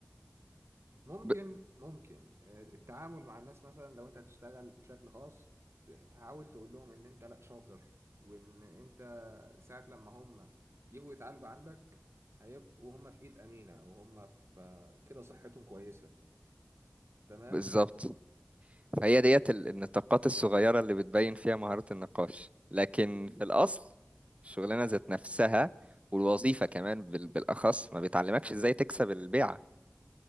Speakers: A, on the right; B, on the right.
A: ممكن
B: ب-
A: ممكن آه، التعامل مع الناس مثلا لو انت هتشتغل بشكل خاص ت- تحاول تقول لهم ان انت لا شاطر وان انت ساعة لما هم يجوا يتعالجوا عندك هيبقوا هم في ايد امينة وهم في آه، كده صحتهم كويسة تمام
B: بالظبط فهي ديت ال- النطاقات الصغيره اللي بتبين فيها مهاره النقاش لكن في الاصل الشغلانه ذات نفسها والوظيفه كمان بال- بالاخص ما بتعلمكش ازاي تكسب البيعه